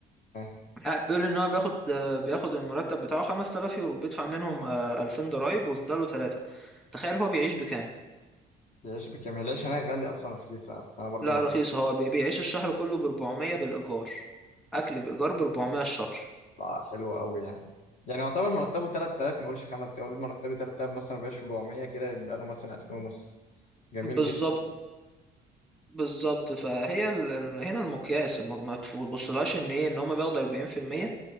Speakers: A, on the left (about 45°); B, in the centre.
A: آه،
B: قاعد بيقول ان هو بياخد آه، بياخد المرتب بتاعه 5000 يورو بيدفع منهم آه، 2000 ضرايب ويفضل له 3 تخيل هو بيعيش بكام
A: العيش بكام العيش هناك غالي أصلا رخيص بس أنا برضو
B: لا
A: مع
B: رخيص هو بي- بيعيش الشهر كله ب 400 بالإيجار أكل بإيجار ب 400 الشهر
A: آه، حلوة أوي يعني يعني يعتبر مرتبه 3000 ما أقولش 5 يقول مرتبه 3000 مثلا بقاش 400 كده يبقى له مثلا 2000 ونص جميل
B: بالظبط
A: جدا
B: بالظبط فهي ال... ال- هنا المقياس الم- ما تبصلهاش ان ايه ان هم بياخدوا 40%